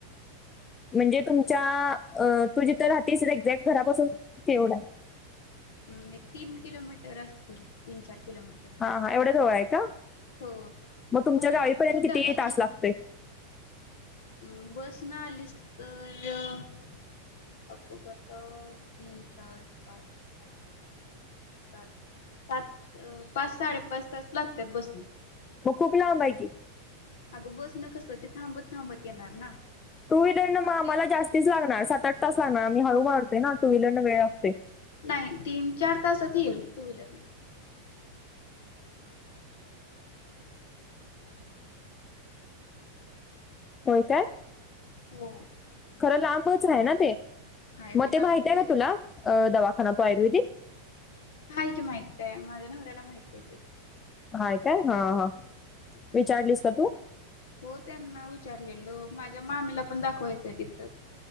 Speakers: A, on the left; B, on the left.
A: म्हणजे तुमच्या अ तू जिथे राहतेस एक्झॅक्ट घरापासून तेवढा हाय.
B: हम् एक तीन किलोमीटर असतील तीन चार किलोमीटर
A: हा हा एवढ्या जवळ आहे का?
B: हो
A: मग तुमच्या
B: म्हणून
A: गावीपर्यंत
B: तुला बोललो
A: किती
B: ना ये
A: तास लागतोय
B: म्हणून अ बस न आलीस तर आपु गातात तीन चार पाच सात सात पाच साडेपाच तास लागत्यात बस नं
A: म खूप लांब हाय की
B: अगं बस न कस ते थांबत थांबत येणार ना
A: टू व्हीलर न म
B: आपली
A: आम्हाला जास्तीच लागणार सात आठ तास लागणार मी हळू मारते ना टू व्हीलर न वेळ लागते.
B: नाय तीन चार तासात येईल टू व्हीलर न
A: होय काय.
B: हो.
A: खर लांबच हाय ना ते
B: हायवे
A: म ते
B: लांब
A: माहित आहे
B: लई
A: का
B: हाय
A: तुला दवाखाना तो आयुर्वेदिक
B: हाय की माहित ते माझ्या नवऱ्याला माहित हाय ते
A: हाय का हा हा
B: हम्म
A: विचारलीस
B: म
A: का तू
B: हो त्यांना विचारलेलं माझ्या मामीला पण दाखवायचंय तिथच